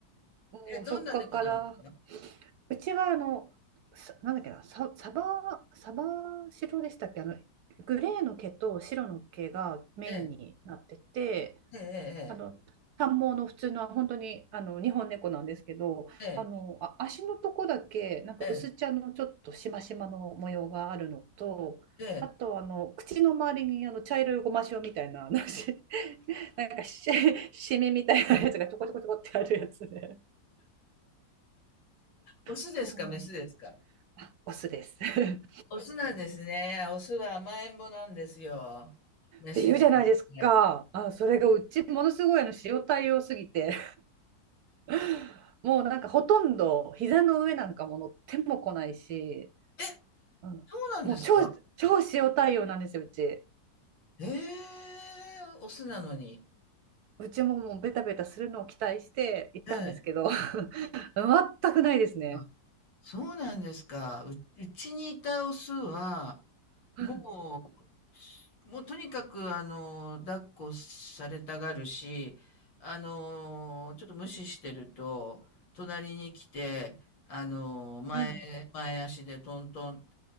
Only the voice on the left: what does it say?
え、どんな猫なんですか
ええ、ええ、
ええ、
ええ、ええ。ええ
オスですか、
メスですか
オスなんですね。オスは甘えん坊なんですよ。メスに比べ
て。
え、
そうなんですか
ええーオスなのに。
ええ。
あ、そうなんですか。う、うちにいたオスは、も
う、もうとにかく、あの、抱っこされたがるし、あの、ちょっと無視してると、隣に来て、あの、前、
前足でトントン、